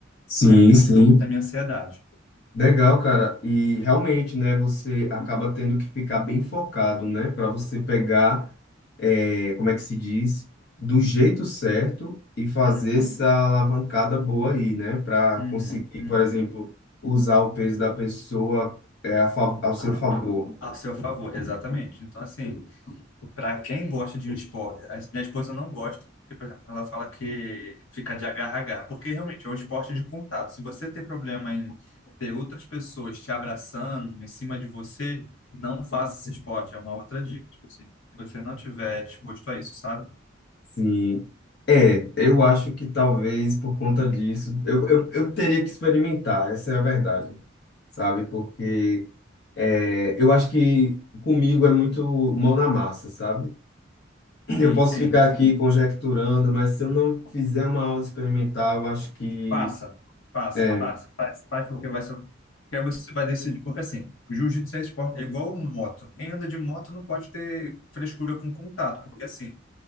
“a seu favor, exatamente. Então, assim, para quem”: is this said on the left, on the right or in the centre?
Left